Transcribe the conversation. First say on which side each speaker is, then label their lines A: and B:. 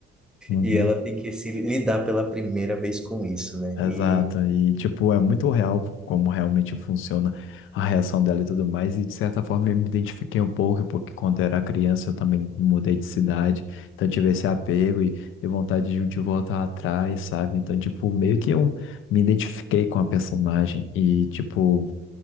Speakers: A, on the left (about 85°); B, in the centre.
A: uhum.
B: e ela tem que se lidar pela primeira vez com isso, né?
A: Exato.
B: E,
A: E, tipo, é muito real como realmente funciona a reação dela e tudo mais. E, de certa forma, eu me identifiquei um pouco, porque quando eu era criança eu também mudei de cidade. Então, eu tive esse apego e, e vontade de, de voltar atrás, sabe? Então, tipo, meio que eu me identifiquei com a personagem. E, tipo.